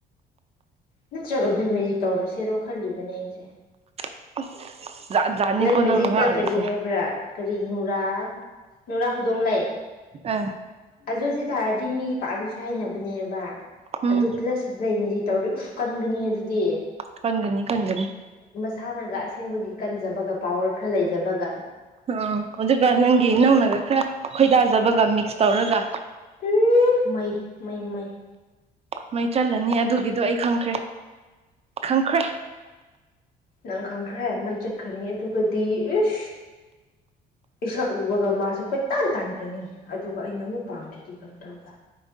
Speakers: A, on the left; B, on the right.
A: ꯅꯠꯇ꯭ꯔꯒ ꯕ꯭ꯂꯦꯛ ꯃꯦꯖꯤꯛ ꯇꯧꯔꯁꯤꯔꯣ ꯈꯜꯂꯤꯕꯅꯦ ꯑꯩꯁꯦ
B: <inaudible>
A: ꯕꯂꯦꯛ ꯃꯦꯖꯤꯛꯇ
B: ꯅꯪꯅ ꯉꯥꯡꯔꯤꯁꯦ
A: ꯀꯔꯤ ꯍꯥꯏꯕ꯭ꯔꯥ ꯀꯔꯤ ꯅꯨꯔꯥ ꯅꯨꯔꯥ ꯈꯨꯗꯣꯡꯂꯩ
B: ꯑ
A: ꯑꯗꯨꯗꯤ ꯇꯥꯔꯗꯤ ꯃꯤ ꯄꯥꯅꯤꯁꯨ ꯍꯥꯏꯅꯕ ꯅꯦꯕ
B: ꯎꯝ
A: ꯑꯗꯨ ꯄ꯭ꯂꯁ ꯂꯩꯃꯤꯗꯤ ꯇꯧꯔꯤ ꯎ ꯀꯟꯒꯅꯤ ꯑꯗꯨꯗꯤ
B: ꯀꯪꯒꯅꯤ ꯀꯪꯖꯅꯤ
A: ꯃꯥꯟꯅꯒ ꯑꯁꯦꯡꯕꯒꯤ ꯀꯟ ꯐꯖꯕꯒ ꯄꯋꯔ ꯈꯔ ꯂꯩꯖꯕꯒ
B: ꯑ ꯑꯗꯨꯒ ꯅꯪꯒꯤ ꯅꯧꯅꯒ ꯈꯔ ꯈꯣꯏꯗꯥꯖꯕꯒ ꯃꯤꯛꯁ ꯇꯧꯔꯒ
A: ꯎ ꯃꯩ ꯃꯩ ꯃꯩ
B: ꯃꯩ ꯆꯜꯂꯅꯤ ꯑꯗꯨꯒꯤꯗꯣ ꯑꯩ ꯈꯪꯈ꯭ꯔꯦ ꯈꯪꯈ꯭ꯔꯦ
A: ꯅꯪ ꯈꯪꯈ꯭ꯔꯦ ꯃꯩ ꯆꯠꯈꯅꯤ ꯑꯗꯨꯒꯗꯤ ꯏꯁ ꯏꯁꯛ ꯎꯕꯒ ꯃꯥꯁꯨ ꯀꯣꯏ ꯇꯥꯟ ꯇꯥꯟꯈ꯭ꯔꯅꯤ ꯑꯗꯨꯒ ꯑꯩꯅ ꯑꯃꯨꯛ ꯄꯥꯝꯗ꯭ꯔꯗꯤ ꯀꯩꯅꯝ ꯇꯧꯕ